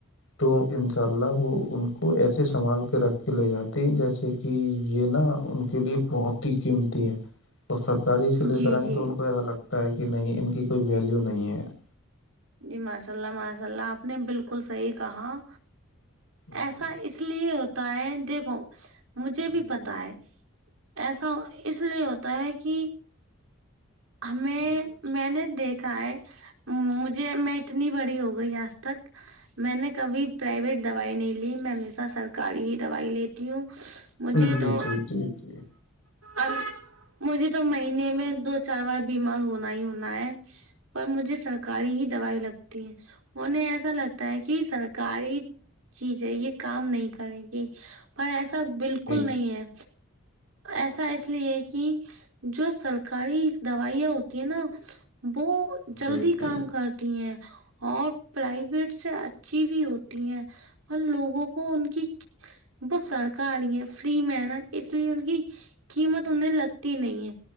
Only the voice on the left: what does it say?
تو ان شاء اللہ وہ ان کو ایسے سنبھال کے رکھ کے لے جاتی ہیں جیسے کہ یہ نا ان کے لیے بہت ہی قیمتی ہیں تو سرک گاڑاری سے لے
کر آئیں
تو ان کو ایسا لگتا ہے کہ نہیں ان کی کوئی ویلیو نہیں ہے <unintelligible>
جی
جی
جی
جی
جی جی جی
جی
جی
جی
جی